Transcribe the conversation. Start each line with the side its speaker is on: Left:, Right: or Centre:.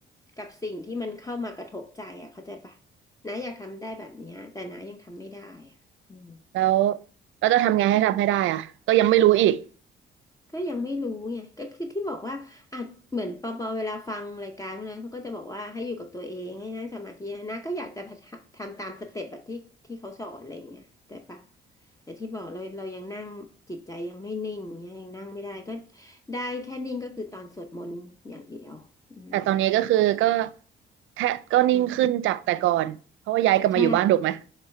Left: กับสิ่งที่มันเข้ามากระทบใจอ่ะเข้าใจปะ น้าอยากทำได้แบบเนี้ยแต่น้ายังทำไม่ได้อ่ะอืม
Right: แล้วแลจะทำไงให้ทำให้ได้อะก็ยังไม่รู้อีก
Left: อืมก็ยังไม่รู้ไงก็คือที่บอกว่าอ่ะเหมือนปอปอเวลาฟังรายการพวกนั้นเขาก็จะบอกว่าให้อยู่กับตัวเองให้นั่งสมาธินะน้าก็อยากจะทำตามสเต็ปแบบที่ที่เขาสอนอะไรอย่างเงี้ยแต่ปะแต่ที่บอกเราเรายังนั่งจิตใจยังไม่นิ่งเงี้ยยังนั่งไม่ได้ก็ได้แค่นิ่งก็คือตอนสวดมนต์อย่างเดียวอืม
Right: แต่ตอนนี้ก็คือก็แทบก็นิ่งขึ้นจากแต่ก่อนเพราะว่าย้ายกลับมาอยู่บ้านถูกไหม
Left: อืมใช่